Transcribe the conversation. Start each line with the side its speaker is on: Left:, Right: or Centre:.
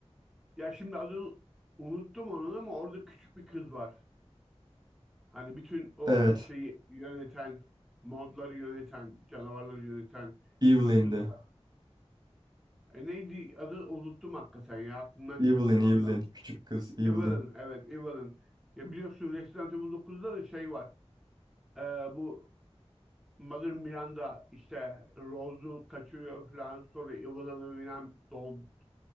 Centre: Ya şimdi adını unuttum onun ama orada küçük bir kız var. Hani bütün o
Right: Evet.
Centre: şeyi yöneten, montları yöneten, canavarları yöneten
Right: Evelyn'di.
Centre: bir kız var. E, neydi adı unuttum hakikaten ya aklımdan
Right: Evelyn,
Centre: çıktı şu
Right: Evelyn.
Centre: anda ama.
Right: Küçük kız Evelyn.
Centre: Evelyn, evet Evelyn. Ya biliyorsun Resident Evil 9'da da şey var. Ee, bu Mother Miranda işte Rose'u kaçırıyor falan. Sonra Evelyn'ı bilmem doğ-